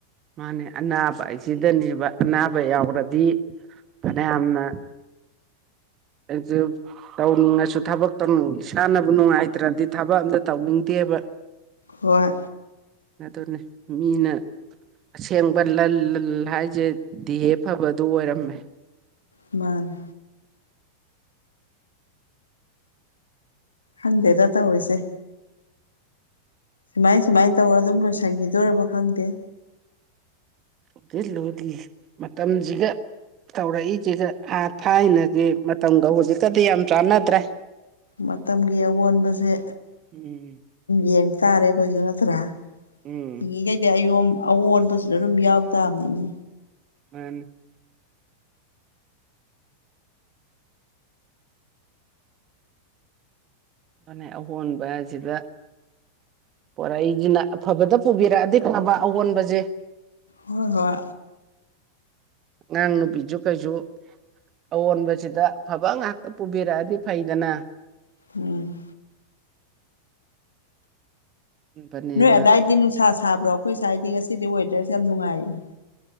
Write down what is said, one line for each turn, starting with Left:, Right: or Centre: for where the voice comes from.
Right: ꯃꯥꯅꯦ ꯑꯅꯥꯕ ꯍꯥꯏꯁꯤꯗꯅꯦꯕ ꯑꯅꯥꯕ ꯌꯥꯎꯔꯗꯤ ꯐꯅꯌꯥꯝꯅ <unintelligible> ꯇꯧꯅꯤꯡꯉꯁꯨ ꯊꯕꯛꯇ ꯏꯁꯥꯅꯕꯨ ꯅꯨꯡꯉꯥꯏꯇ꯭ꯔꯗꯤ ꯊꯕꯛ ꯑꯃꯇ ꯇꯧꯅꯤꯡꯗꯦꯕ
Left: ꯍꯣꯏ
Right: ꯑꯗꯨꯅꯦ ꯃꯤꯅ ꯑꯁꯦꯡꯕ ꯂꯜ ꯂꯜ ꯍꯥꯏꯁꯦ ꯗꯤꯍꯦ ꯐꯕꯗꯨ ꯑꯣꯏꯔꯝꯃꯦ
Left: ꯃꯥꯅꯦ ꯈꯪꯗꯦꯗ ꯇꯧꯔꯤꯁꯦ ꯁꯨꯃꯥꯏ ꯁꯨꯃꯥꯏ ꯇꯧꯔ ꯑꯗꯨꯝ ꯂꯣꯏꯁꯤꯟꯈꯤꯗꯣꯔꯕ ꯈꯪꯗꯦ
Right: ꯂꯨꯗꯤ ꯂꯨꯔꯤ ꯃꯇꯝꯁꯤꯒ ꯇꯧꯔꯛꯏꯁꯤꯒ ꯑ ꯊꯥꯏꯅꯒꯤ ꯃꯇꯝꯒ ꯍꯧꯖꯤꯛꯀꯗꯤ ꯌꯥꯝ ꯆꯥꯟꯅꯗ꯭ꯔꯦ
Left: ꯃꯇꯝꯒꯤ ꯑꯑꯣꯟꯕꯁꯦ
Right: ꯎꯝ
Left: ꯌꯦꯡ ꯇꯥꯔꯦ ꯑꯩꯈꯣꯏꯁꯨ ꯅꯠꯇ꯭ꯔꯥ
Right: ꯎꯝ
Left: ꯍꯤꯡꯉꯤꯈꯩꯗꯤ ꯑꯌꯣꯝ ꯑꯑꯣꯟꯕꯁꯤꯗ ꯑꯗꯨꯝ ꯌꯥꯎ ꯇꯥꯕꯅꯤꯅꯦ
Right: ꯃꯥꯅꯦ ꯃꯥꯅꯦ ꯑꯍꯣꯟꯕ ꯑꯁꯤꯗ ꯄꯣꯔꯛꯏꯖꯤꯅ ꯑꯐꯕꯗ ꯄꯨꯕꯤꯔꯛꯑꯗꯤ ꯐꯕ ꯑꯑꯣꯟꯕꯁꯦ
Left: ꯍꯣꯏ ꯍꯣꯏ
Right: ꯉꯥꯡ ꯅꯨꯄꯤꯖꯨ ꯀꯩꯖꯨ ꯑꯑꯣꯟꯕꯁꯤꯗ ꯑꯐꯕ ꯉꯥꯛꯇ ꯄꯨꯕꯤꯔꯛꯑꯗꯤ ꯐꯩꯗꯅ
Left: ꯎꯝ
Right: ꯕꯅꯦꯅ
Left: ꯅꯣꯏ ꯑꯗꯥꯏꯗꯤ ꯅꯨꯡꯁꯥ ꯁꯥꯕ꯭ꯔꯣ ꯑꯩꯈꯣꯏ ꯁꯥꯏꯗꯤ ꯉꯁꯤꯗꯤ ꯋꯦꯗꯔꯁꯦ ꯌꯥꯝ ꯅꯨꯡꯉꯥꯏꯌꯦ